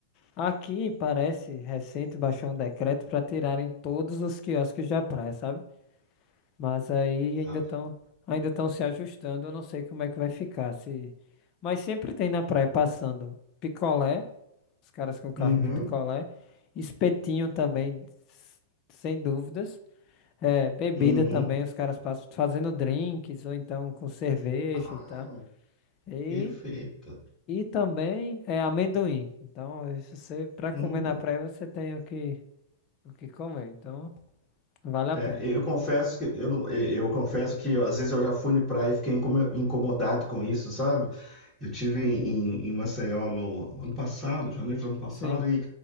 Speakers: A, on the left; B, in the centre.
A: Aqui parece recente baixou um decreto para tirarem todos os quiosques da praia, sabe? Mas aí ainda
B: Ah,
A: estão ainda estão se ajustando. Eu não sei como é que vai ficar. Se... Mas sempre tem na praia passando picolé, os caras com carrinho
B: Uhum,
A: de picolé, espetinho também, s- sem dúvidas. É, bebida
B: uhum.
A: também, os caras passam fazendo drinks ou então com cerveja
B: Ah,
A: e tal. E,
B: perfeito.
A: e também é amendoim. Então, isso você para
B: Hum.
A: comer na praia você tem o que o que comer. Então, vale a
B: É,
A: pena.
B: eu confesso que eu, não, é, eu confesso que às vezes eu já fui na praia e fiquei incomo- incomodado com isso, sabe? Eu tive em, em Maceió no ano passado, janeiro do ano passado,
A: Sim.
B: e